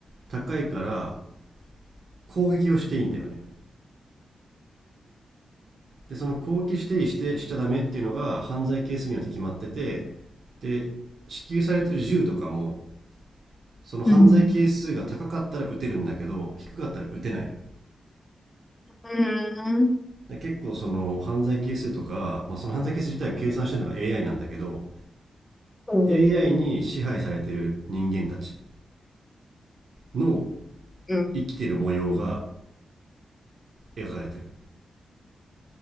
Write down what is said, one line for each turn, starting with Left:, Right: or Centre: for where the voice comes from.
Right: 高いから攻撃をしていいんだよねでその攻撃していいしてしちゃダメっていうのが犯罪係数によって決まっててで支給されてる銃とかもその犯罪係数が高かったら打てるんだけど低かったら打てないのよ
Left: うん、うん。うん、
Right: で結構その犯罪係数とか、まあ、その犯罪係数自体を計算してるのが AI なんだけど
Left: うん、
Right: AI に支配されてる人間たちの
Left: うん
Right: 生きてる模様が描かれてる